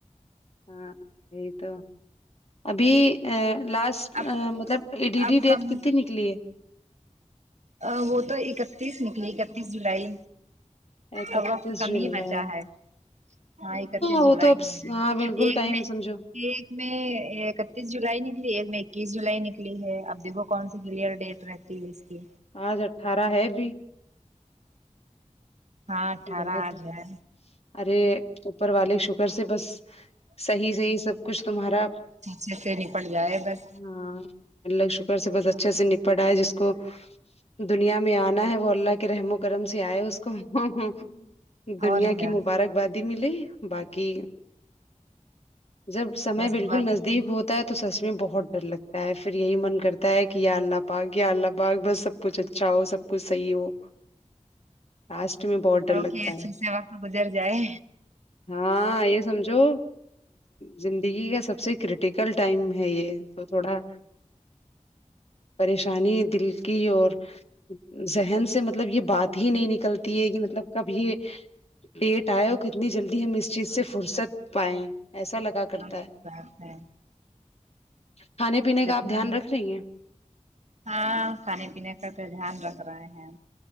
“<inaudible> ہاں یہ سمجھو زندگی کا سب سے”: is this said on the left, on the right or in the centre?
Left